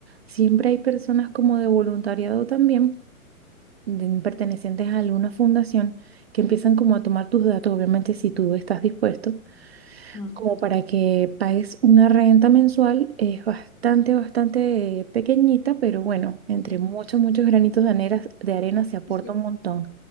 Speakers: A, on the right (about 50°); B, on the left (about 25°).
A: siempre hay personas como de voluntariado también de- pertenecientes a alguna fundación que empiezan como a tomar tus datos, obviamente si tú estás dispuesto,
B: mm,
A: como para que pagues una renta mensual, es bastante, bastante eh, pequeñita, pero bueno, entre
B: sí,
A: muchos, muchos granitos de arena, de arena se aporta
B: sí,
A: un montón.